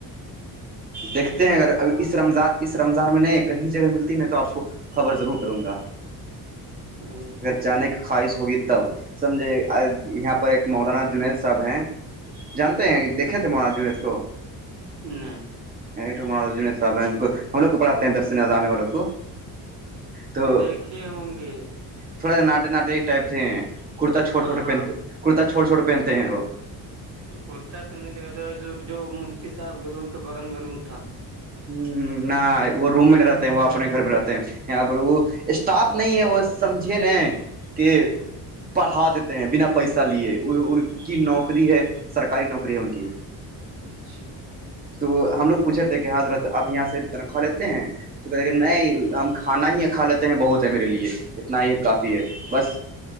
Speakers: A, on the right; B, on the right.
A: دیکھتے ہیں اگر
B: یار
A: ابھی اس رمضان اس رمضان میں نہیں کہیں جگہ ملتی نہیں تو آپ کو خبر ضرور کروں گا
B: ہوں،
A: اگر جانے کے خواہش ہوگی تب سمجھے یہاں پر ایک مولانا جنید صاحب ہیں جانتے ہیں دیکھے تھے مولانا جنید کو
B: نہیں،
A: تو م صاحب ہے کو ہم لوگ کو پڑھاتے ہیں درسنظامی والوں کو- تو
B: دیکھے ہوں گے
A: تھوڑا ساٹے ناٹے ٹائپ سے ہیں کرتا چھٹے
B: ہاں
A: -چھٹے
B: ہاں
A: پہنتے کرتا چھٹے چھٹے پہنتے ہیں وہ
B: کرتا تو نہیں دیکھا تھا وسے جو مفتی صاحب کے روم کے بغل میں روم تھا
A: ہ نہ وہ روم میں نہیں رہتے ہیں وہ اپنے گھر میں رہتے ہیں پر وہ اسٹاف نہیں ہے وہ سمجھیے نا کے
B: ہ
A: پڑھا دیتے ہیں بنا پیسہ لیے ان کی نوکری ہے سرکار سرکاری نوکری ہے ان کی
B: اچھا
A: تو ہم لوگ پوچھ رہ تھے کہ حضرت آپ یہاں سے تنخواہ لیتے ہیں تو کہتے نہیں ہم کھانا ہی کھا لیتے ہیں بہت ہے میرے لیے اتنا ہی کافی ہے بس